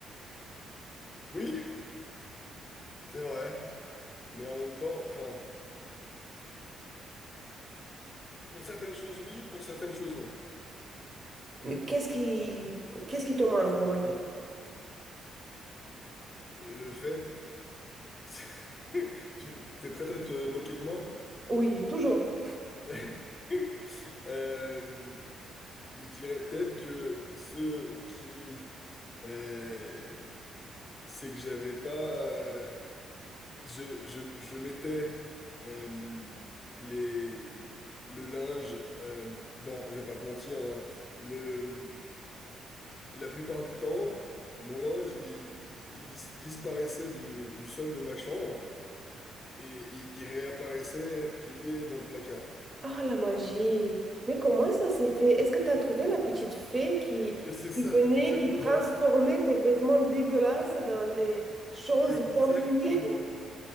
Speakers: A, on the left; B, on the right.
A: Oui, c'est vrai. Mais en même temps, enfin, pour certaines choses, oui, pour certaines choses, non.
B: Mais qu'est-ce qui, qu'est-ce qui te manque, on va dire?
A: Le fait... <laughs> Tu t'es prête à te moquer de moi?
B: Oui, toujours.
A: <laughs> Euh, je dirais peut-être que ce qui... euh, c'est que j'avais pas... euh, je, je, je mettais euh, les... Le linge, euh, bon, je vais pas te mentir, hein, le, La plupart du temps, mon linge, il, il- il dis- disparaissait du, du sol de ma chambre et il, il réapparaissait plié dans le placard.
B: Ah, la magie. Mais comment ça s'est fait? Est-ce que tu as trouvé la petite fée qui,
A: Et c'est
B: qui
A: ça,
B: venait,
A: exactement.
B: qui transformait tes vêtements dégueulasses dans des choses
A: Exactement.
B: bien pliées?